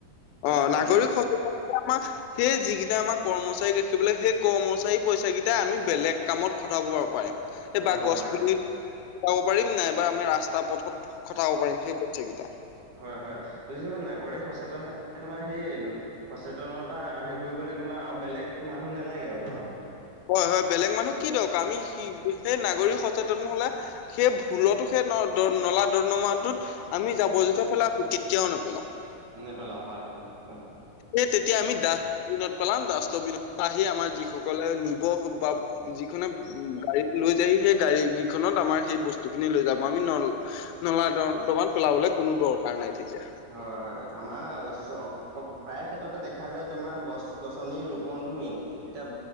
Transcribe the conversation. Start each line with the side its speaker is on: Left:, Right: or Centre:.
Right: হয়
Left: অহ,
Right: নাই কোৱাচোন
Left: নাগৰিক
Right: তুমি
Left: সচেতনতাই আমাক সেই যিকেইটা আমাক কৰ্মচাৰীক ৰাখিবলৈ সেই কৰ্মচাৰী পইচা কেইটাই আমি বেলেগ কামত খটাব পাৰিম এই
Right: ঘটাব
Left: বা গছ
Right: পাৰিম
Left: পুলি খটাব পাৰিম নাইবা আমি ৰাস্তা পথত খটাব পাৰিম সেই পইচা কেইটা
Right: হয় হয় যদি মানে নাগৰিক সচেতন থাকে তোমাৰ সেই সচেতনতা হেৰি কৰিবলে তোমাৰ আৰু বেলেগ মানুহ নালাগে আৰু তোমাৰ।
Left: হয় হয় বেলেগ মানুহ কি দৰকাৰ আমি সেই নাগৰিক সচেতন হলে সেই ভুলতো সেই নলা নলা নদৰদমাটোত আমি যাবৰ জোথৰ পেলাম কেতিয়াও নেপেলাওঁ।
Right: নেপেলাওঁ হয় হয় একদম
Left: এ তেতিয়া আমি ডাষ্ট বিনত পেলাম ডাষ্টবিনত আহি আমাৰ যিসকলে নিব বা যিখনে গাড়ীত লৈ যাইহি সেই গাড়ী কেইখনত আমাৰ সেই বস্তু খিনি লৈ যাব আমি ন নলা নৰদমাত পেলাবলৈ কোনো দৰকাৰ নাই তেতিয়া।
Right: হয় হয় আমাৰ চৰ প্ৰায় ক্ষেত্ৰতে দেখা যায় তোমাৰ গছ গছনিৰ ৰোপনটো মেইন এতিয়া